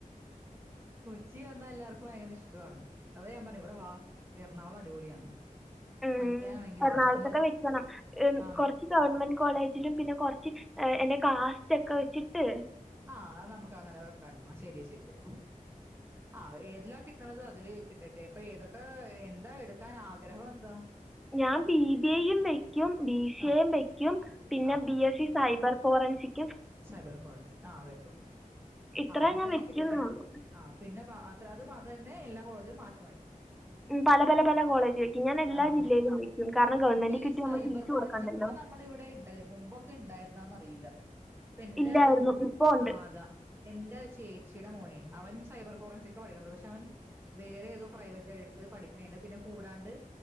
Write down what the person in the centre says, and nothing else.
ഉം
എറണാകുളത്തൊക്കെ
വെക്കണം
കൊറച്ച് ഗവൺമെന്റ് കോളേജിലും പിന്നെ കുറച്ച് എന്റെ കാസ്റ്റ് ഒക്കെ വെച്ചിട്ട്
ഞാൻ ബി ബി എയും വെക്കും ബി സി
എയും വെക്കും പിന്നെ
B S C cyber forensic
ഇത്രയും
ഞാൻ വയ്ക്കുന്നുള്ളൂ
ഉം പല പല പല കോളേജിലക്കും ഞാൻ എല്ല
ജില്ലയിലും കാരണം ഗവൺമെൻറ്റിൽ
കിട്ടി
നമ്മൾ തിരിച്ച്
കൊടുക്കണ്ടല്ലോ
ഇല്ലായിരുന്നു.
ഇപ്പൊ ഉണ്ട്.